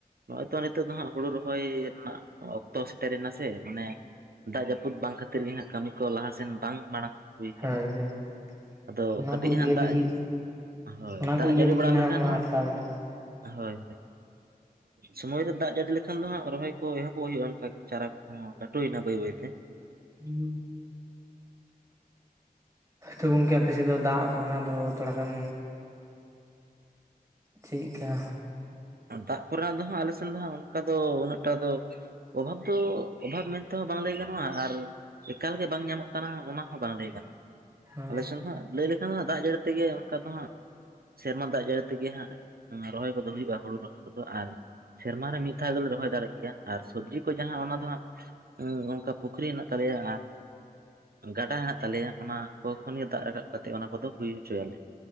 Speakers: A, on the right; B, on the right.
A: ᱱᱚᱜᱼᱚᱭ ᱛᱚ ᱱᱤᱛᱚᱜ ᱫᱚ ᱦᱟᱸᱜ ᱦᱳᱲᱳ ᱨᱚᱦᱚᱭ <unintelligible> ᱚᱠᱛᱚ ᱥᱮᱴᱮᱨ ᱮ ᱱᱟ ᱥᱮ ᱢᱟᱱᱮ ᱫᱟᱜ ᱡᱟᱹᱯᱩᱫ ᱵᱟᱝ ᱠᱷᱟᱹᱛᱤᱨ ᱜᱮ ᱦᱟᱜ ᱠᱟᱹᱢᱤ ᱠᱚ ᱞᱟᱦᱟ ᱥᱮᱱ ᱵᱟᱝ ᱢᱟᱲᱟᱝ ᱦᱩᱭ ᱠᱟᱱᱟ
B: ᱦᱳᱭ ᱦᱳᱭ
A: ᱟᱫᱚ
B: ᱚᱱᱟ
A: ᱠᱟᱹᱴᱤᱡ
B: ᱠᱚ
A: ᱦᱟᱸᱜ
B: ᱤᱭᱟᱹ
A: ᱫᱟᱜ
B: ᱛᱮᱜᱮ
A: ᱦᱳᱭ
B: ᱚᱱᱟ
A: ᱫᱟᱜ
B: ᱠᱚ ᱤᱭᱟᱹ
A: ᱡᱟᱹᱲᱤ
B: ᱛᱮᱜᱮ
A: ᱵᱟᱲᱟ
B: ᱱᱟᱦᱟᱜ
A: ᱞᱮ ᱠᱷᱟᱱ
B: ᱢᱟ
A: ᱦᱟᱸᱜ
B: ᱟᱴᱠᱟᱣ ᱮᱱᱟ
A: ᱦᱳᱭ ᱦᱳᱭ ᱥᱩᱢᱳᱭ ᱨᱮ ᱫᱟᱜ ᱡᱟᱹᱲᱤ ᱞᱮ ᱠᱷᱟᱱ ᱫᱚ ᱦᱟᱜ ᱨᱚᱦᱚᱭ ᱠᱚ ᱮᱦᱚᱵ ᱵᱚᱜ ᱦᱳᱭᱳᱜᱼᱟ ᱚᱱᱠᱟ ᱜᱮ ᱪᱟᱨᱟ ᱠᱚ ᱦᱚᱸ ᱞᱟᱹᱴᱩᱭ ᱱᱟ ᱵᱟᱹᱭ ᱵᱟᱹᱭ ᱛᱮ
B: ᱦᱩᱸ ᱛᱚ ᱜᱚᱝᱠᱮ ᱟᱯᱮ ᱥᱮᱫ ᱫᱚ ᱫᱟᱜ ᱠᱚᱨᱮ ᱱᱟᱜ ᱫᱚ ᱛᱷᱚᱲᱟ ᱜᱟᱱ ᱪᱮᱫ ᱠᱟ
A: ᱫᱟᱜ ᱠᱚ ᱨᱮᱱᱟᱜ ᱫᱚ ᱦᱟᱸᱜ ᱟᱞᱮ ᱥᱮᱱ ᱫᱚ ᱦᱟᱸᱜ ᱚᱱᱠᱟ ᱫᱚ ᱩᱱᱟᱹᱜ ᱴᱟ ᱫᱚ ᱚᱵᱷᱟᱵᱽ ᱫᱚ ᱚᱵᱷᱟᱵᱽ ᱢᱮᱱᱛᱮ ᱦᱚᱸ ᱵᱟᱝ ᱞᱟᱹᱭ ᱜᱟᱱᱚᱜᱼᱟ ᱟᱨ ᱮᱠᱟᱞ ᱜᱮ ᱵᱟᱝ ᱧᱟᱢᱚᱜ ᱠᱟᱱᱟ ᱚᱱᱟ ᱦᱚᱸ ᱵᱟᱝ ᱞᱟᱹᱭ ᱜᱟᱱᱚᱜᱼᱟ
B: ᱟᱪᱪᱷᱟ
A: ᱟᱞᱮ ᱥᱮᱱ ᱫᱚ ᱦᱟᱸᱜ ᱞᱟᱹᱭ ᱞᱮ ᱠᱷᱟᱱ ᱢᱟ ᱫᱟᱜ ᱡᱟᱹᱲᱤ ᱛᱮ ᱜᱮ ᱚᱱᱠᱟ ᱫᱚ ᱦᱟᱸᱜ ᱥᱮᱨᱢᱟ ᱫᱟᱜ ᱡᱟᱹᱲᱤ ᱛᱮ ᱜᱮ ᱦᱟᱸᱜ ᱨᱚᱦᱚᱭ ᱠᱚ ᱫᱚ ᱦᱩᱭᱩᱜᱼᱟ᱾ ᱦᱳᱲᱩ ᱨᱚᱦᱚᱭ ᱠᱚ ᱫᱚ᱾ ᱟᱨ ᱥᱮᱨᱢᱟ ᱨᱮ ᱢᱤᱫ ᱫᱷᱟᱣ ᱫᱚ ᱞᱮ ᱨᱚᱦᱚᱭ ᱫᱟᱲᱮᱜ ᱜᱮᱭᱟ ᱟᱨ ᱥᱚᱵᱽᱡᱤ ᱠᱚ ᱡᱟᱦᱟᱸ ᱚᱱᱟ ᱫᱚ ᱦᱟᱸᱜ ᱦᱩᱸ ᱚᱱᱠᱟ ᱯᱩᱠᱷᱨᱤ ᱦᱮᱱᱟᱜ ᱛᱟᱞᱮ ᱭᱟ ᱟᱨ ᱜᱟᱰᱟ ᱦᱮᱱᱟ-ᱜ ᱛᱟᱞᱮᱭᱟ ᱚᱱᱟ ᱠᱚ ᱠᱷᱚᱱ ᱫᱟᱜ ᱨᱟᱠᱟᱵ ᱠᱟᱛᱮ ᱚᱱᱟ ᱠᱚ ᱫᱚ ᱦᱩᱭ ᱦᱚ ᱪᱚ ᱭᱟᱞᱮ